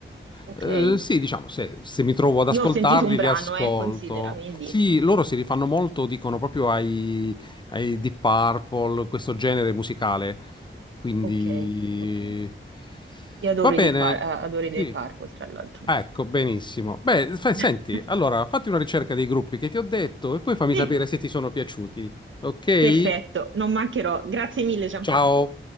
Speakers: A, on the right; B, on the left.
A: ok.
B: eh, sì, diciamo, se, se mi trovo ad ascoltarli,
A: Io ho sentito un brano,
B: li ascolto.
A: eh, considera, quindi...
B: Sì, loro si rifanno molto, dicono proprio ai, ai Deep Purple, questo genere musicale. Quindi
A: Ok, ok. Io adoro
B: va bene.
A: i Deep Pur- eh, adoro i Deep
B: Sì.
A: Purple, tra l'altro.
B: Ah, Ecco, benissimo. Beh, fa- senti,
A: <laughs>
B: allora fatti una ricerca dei gruppi che ti ho detto e poi fammi
A: Sì,
B: sapere se ti sono piaciuti. Ok?
A: Perfetto, non mancherò. Grazie mille, Gianfranco.
B: Ciao.